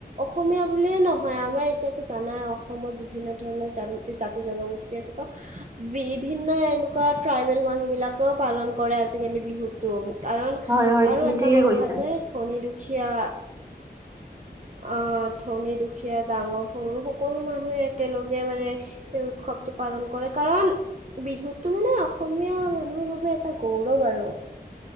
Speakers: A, on the right; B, on the right.
A: অসমীয়া বুলিয়ে নহয় আমাৰ এতিয়াতো জানাই অসমত বিভিন্ন ধৰণৰ জাতি জনগোষ্ঠী আছে ত বিভিন্ন এনেকুৱা ট্ৰাইবেল মানুহ বিলাকেও পালন কৰে আজিকালি বিহুতো, কাৰণ
B: হয় হয়
A: আৰু
B: তুমি
A: এটা
B: ঠিকে
A: কথা
B: কৈছা
A: যে ধনী দুখ দুখীয়া আহ ধনী দুখীয়া ডাঙৰ সৰু সকলো মানুহ একেলগে মানে এই উৎসৱটো পালন কৰে কাৰণ বিহুটো মানে অসমীয়া মানুহৰ বাবে এটা গৌৰৱ আৰু। <inaudible>